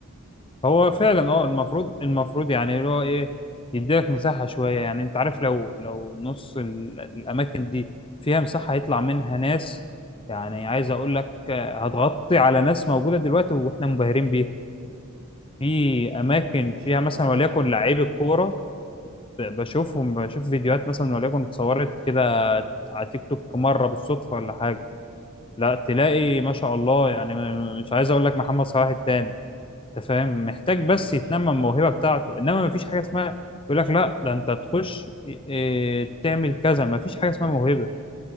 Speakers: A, on the left; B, on the right.
A: هو
B: بس
A: فعلا اه المفروض المفروض يعني اللي هو ايه يديلك مساحة شوية يعني انت عارف لو لو نص ال- الأماكن دي فيها مساحة هيطلع منها ناس يعني عايز أقول لك آه، هتغطي على ناس موجودة دلوقتي وإحنا مبهرين بيها في
B: آه
A: أماكن
B: يا باشا
A: فيها مثلا
B: انا
A: وليكن لعيب الكورة ب- بشوفهم بشوف فيديوهات مثلا وليكن اتصورت كده على تيك توك مرة بالصدفة ولا حاجة لا تلاقي ما شاء الله يعني م- مش عايز أقول لك محمد صلاح التاني انت فاهم محتاج
B: ايوه
A: بس
B: ماشي
A: يتنمى الموهبه بتاعته انما مفيش حاجه اسمها يقول لك لا ده انت تخش إيه، تعمل كذا مفيش حاجه اسمها موهبه